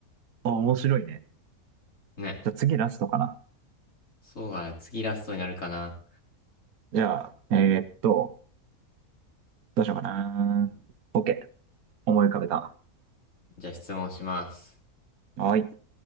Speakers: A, on the right (about 80°); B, on the left (about 55°).
A: あ、あ面白いね。
B: ね。
A: じゃあ次ラストかな。
B: そうだね。次ラストになるかな。
A: じゃあ、えーっと、どうしようかな。OK。思い浮かべた。
B: じゃあ質問します。
A: はい。